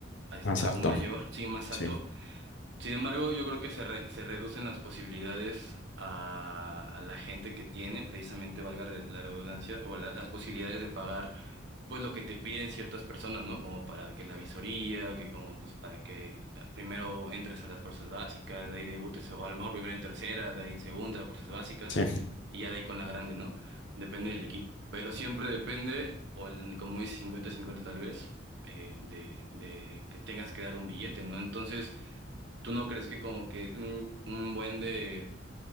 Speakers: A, on the right; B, on the left.
A: este,
B: más
A: aún
B: alto,
A: mayor, sí, más
B: sí,
A: alto. Sin embargo, yo creo que se, re- se reducen las posibilidades a, a la gente que tiene, precisamente valga re- la redundancia, o la- las posibilidades de pagar pues lo que te piden ciertas personas, ¿no? Como para que la visoría, que como pues para que primero entres a las fuerzas básicas, de ahí debutes, o a lo mejor primero en tercera, de ahí en segunda, fuerzas básicas,
B: sí,
A: y ya de ahí con la grande, ¿no? Depende del equipo, pero siempre depende, o el, como dice cincuenta cincuenta tal vez, eh, de, de que tengas que dar un billete, ¿no? Entonces, ¿tú no crees que como que un, un buen de,